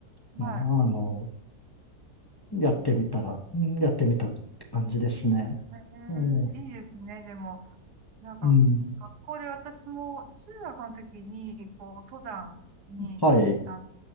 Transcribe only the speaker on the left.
ね、
あの、やってみたら、うんやってみたって感じですね。
ええ
うん。
はい。